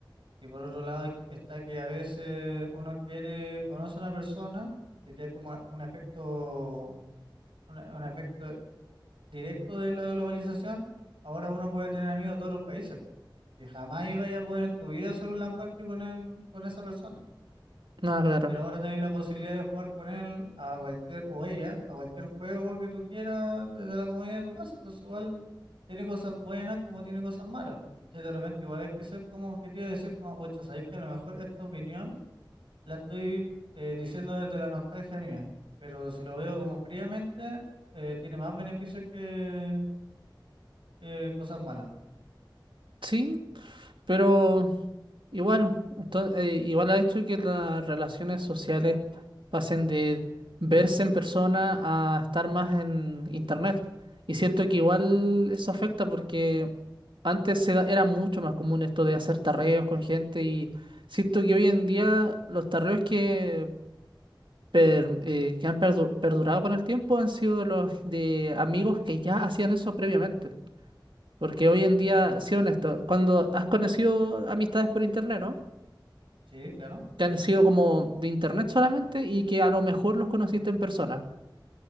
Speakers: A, on the right; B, on the right.
A: y por otro lado es- está que a veces uno quiere, conoce a una persona, y que es como un efecto, un, un efecto directo de la globalización. Ahora uno puede tener amigos de otros países, y jamás iba a poder en tu vida hacer un LAN party con, el- con esa persona.
B: nada, claro.
A: Pero ahora tenés la posibilidad de jugar con él a cualquier, o ella, a cualquier juego que tú quieras desde la comodidad de tu casa. Entonces igual tiene cosas buenas como tiene cosas malas. ¿cachai? De repente igual hay que ser como objetivo y decir como, pucha, sabéis que a lo mejor esta opinión la estoy eh, diciendo desde la nostalgia mía. Pero si lo veo como fríamente, eh, tiene más beneficios que, que cosas malas.
B: Sí, pero Igual, ento- eh, igual ha hecho que las relaciones sociales pasen de verse en persona a estar más en internet. Y siento que igual eso afecta porque antes se da- era mucho más común esto de hacer tarreos con gente y siento que hoy en día los tarreos que, per- eh, que han perdu- perdurado con el tiempo han sido de los de amigos que ya hacían eso previamente. Porque hoy en día, sí honesto, cuando has conocido amistades por internet, ¿no?
A: Sí, claro.
B: que han sido como de internet solamente y que a lo mejor los conociste en persona.